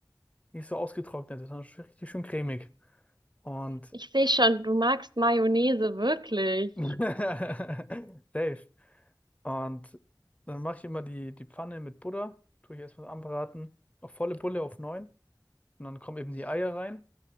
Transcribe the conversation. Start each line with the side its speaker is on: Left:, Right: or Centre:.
Left: nicht so ausgetrocknet, ist, sondern richtig schön cremig. Und
Right: Ich sehe schon, du magst Mayonnaise wirklich.
Left: <laughs> safe. Und dann mache ich immer die, die Pfanne mit Butter, tue ich erstmal anbraten, auf volle Bulle auf neun Und dann kommen eben die Eier rein